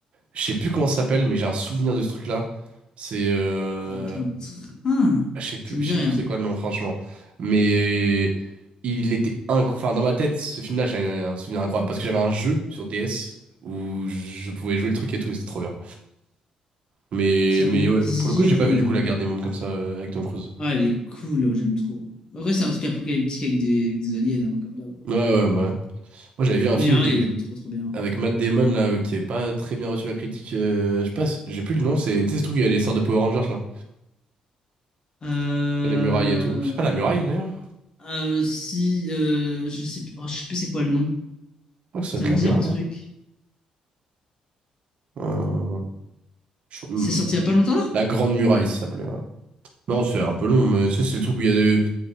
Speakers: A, on the right; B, on the left.
A: Je sais plus comment ça s'appelle, mais j'ai un souvenir de ce truc-là. C'est. euh,
B: Avec un train.
A: je sais plus,
B: Ça me
A: je
B: dit
A: sais
B: rien.
A: plus c'est quoi le nom, franchement. Mais il était incroyable. Enfin, dans ma tête, ce film-là, j'ai un, un souvenir incroyable. Parce que j'avais un jeu sur DS où je, je pouvais jouer le truc et tout, et c'était trop bien. Mais,
B: Ça
A: mais
B: me
A: ouais,
B: dit
A: pour le coup, j'ai
B: rien.
A: pas vu du coup La Guerre des Mondes comme ça euh, avec Tom Cruise.
B: Ah, elle est cool, ouais, j'aime trop. En vrai, c'est un truc apocalyptique avec des, avec des aliens, hein, comme d'hab. quoi.
A: Ouais, ouais, bah ouais. Moi, j'avais vu un
B: Mais
A: film
B: ah,
A: qui
B: il
A: était
B: est trop trop bien.
A: avec Matt Damon, là, euh, qui avait pas très bien reçu la critique. euh, je sais pas, si- j'ai plus le nom, c'est. Tu sais, ce truc, il y a les sortes de Power Rangers, là.
B: Euh...
A: Sur les murailles et tout. C'est pas la muraille, d'ailleurs?
B: euh, si, euh, je sais plus, oh, je sais plus c'est quoi le nom.
A: Je crois que ça
B: Ça
A: doit être
B: me
A: la
B: dit
A: muraille,
B: un truc.
A: hein. Euh, je- de-
B: C'est sorti il y a pas longtemps là?
A: La Grande Muraille, ça s'appelait. Non, c'est un peu long, mais ça, c'est le truc où il y a de...